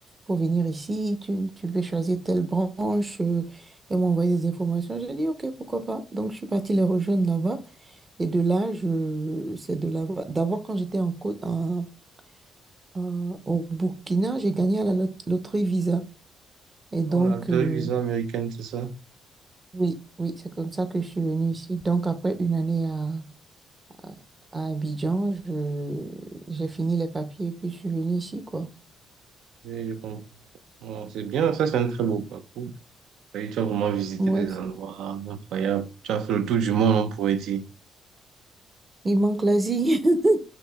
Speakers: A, on the right; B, on the right.
A: faut venir ici, tu, tu peux choisir telle branche. euh, Elle m'envoyait des informations. J'ai dit, OK, pourquoi pas. Donc, je suis partie les rejoindre là-bas. Et de là, je, c'est de là-bas. D'abord, quand j'étais en, Côte- en- en- au Burkina, j'ai gagné à la lot- loterie Visa. Et donc,
B: Non, la
A: euh,
B: visa américaine, c'est ça?
A: oui, oui, c'est comme ça que je suis venue ici. Donc, après une année à, à, à Abidjan, je, j'ai fini les papiers et puis je suis venue ici, quoi.
B: Oui, je comprends. Bon, c'est bien, ça c'est un très beau parcours. Et tu as vraiment visité
A: Moi,
B: des endroits incroyables. Tu as fait le tour du monde, on pourrait dire.
A: il manque l'Asie. <laughs>